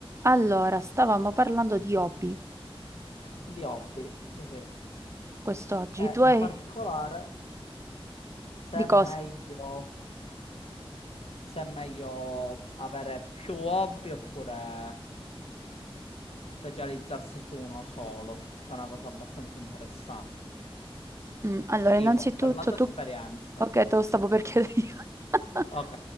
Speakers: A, on the right; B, on the left.
A: Allora, stavamo parlando di hobby
B: Di hobby, sì, sì. E
A: quest'oggi. Tu
B: in
A: hai...
B: particolare se
A: di
B: è
A: cosa?
B: meglio, se è meglio avere più hobby oppure s- specializzarsi su uno solo, che è una cosa abbastanza interessante.
A: Mm, allora,
B: Tipo,
A: innanzitutto
B: per la tua
A: tu...
B: esperienza.
A: Ok, te lo stavo per chiedere io. <laughs>
B: Ok,